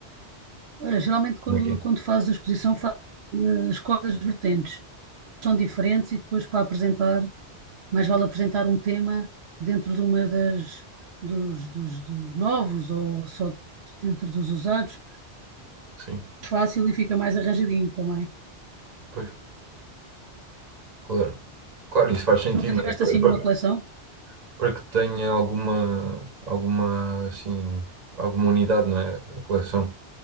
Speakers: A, on the right; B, on the right.
A: olha, geralmente quando,
B: Como é que é?
A: quando fazes a exposição fazes as coisas vertentes, são diferentes e depois para apresentar mais vale apresentar um tema dentro de uma das, dos, dos, dos novos ou só dentro dos usados.
B: Sim,
A: Fácil e fica mais arranjadinho também.
B: pois, claro. Claro, isso faz sentido,
A: Tu nunca tiveste
B: né? Para,
A: assim nenhuma
B: para-
A: coleção?
B: para que tenha alguma, alguma, assim, alguma unidade, não é? A coleção.